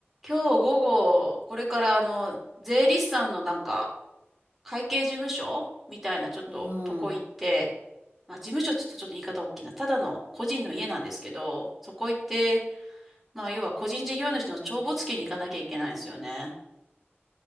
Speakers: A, in the centre; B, on the right.
A: 今日午後、これからあの、税理士さんのなんか、会計事務所みたいなちょっととこ行って、
B: うん。
A: まあ事務所ちょっとちょっと言い方大きいな。ただの個人の家なんですけど、そこ行って、まあ要は個人事業主の帳簿付けに行かなきゃいけないんですよね。
B: うん。